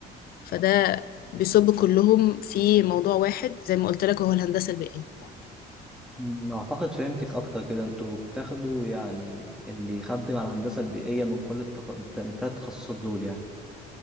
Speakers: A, on the left; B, in the centre.
A: فده بيصب كلهم في موضوع واحد زي ما قلت لك هو الهندسة البيئية
B: مم، اعتقد فهمتك اكتر كده انتوا بتاخدوا يعني اللي يخدم على الهندسه البيئيه من كل التخ... الت- من الثلاث تخصصات دول يعني